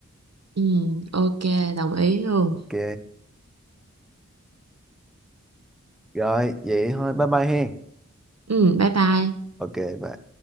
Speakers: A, on the right (about 60°); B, in the centre.
A: Ừ, ok, đồng ý luôn.
B: ok rồi vậy thôi bye bye hen
A: Ừ, bye bye.
B: ok bye